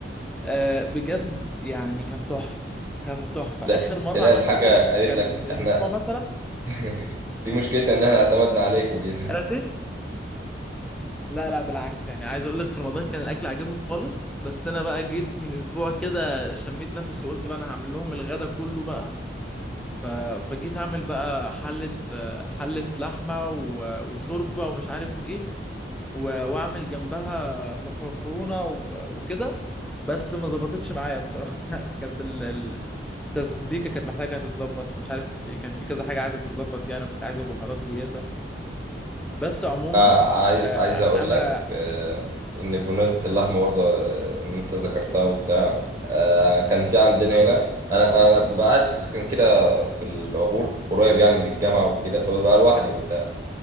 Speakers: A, in the centre; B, on the right.
A: أه بجد يعني كان تحفه كان تحفه
B: لا
A: اخر مره
B: تلاقي
A: عملت
B: الحاجة
A: فيها اكل
B: قالت
A: كان
B: لك
A: من اسبوع
B: احنا
A: مثلا
B: <laughs> دي مشكلتنا ان احنا اعتمدنا عليك وكده
A: انا لا لا بالعكس يعني عايز اقول لك في رمضان كان الاكل عجبهم خالص بس انا بقى جيت من اسبوع كده شميت نفسي وقلت بقى انا هعمل لهم الغدا كله بقى ف... فجيت اعمل بقى حلة حلة لحمة و... وشوربة ومش عارف ايه و... واعمل جنبها مكرونة و... وكده بس ما ظبطتش معايا بصراحة <laughs> كانت ال... ال- التسبيكة كانت محتاجة تتظبط مش عارف ايه كان في كذا حاجة عايزة تتظبط يعني وكانت عايزة بهارات زيادة بس عموما
B: آه عايز
A: آه،
B: عايز اقول
A: انا
B: لك آه ان بمناسبه اللحمه برضه آه، ان انت ذكرتها وبتاع آه كان في عندنا
A: اه
B: هنا انا انا ببقى قاعد في سكن كده في العبور قريب يعني من الجامعه وكده فببقى لوحدي وبتاع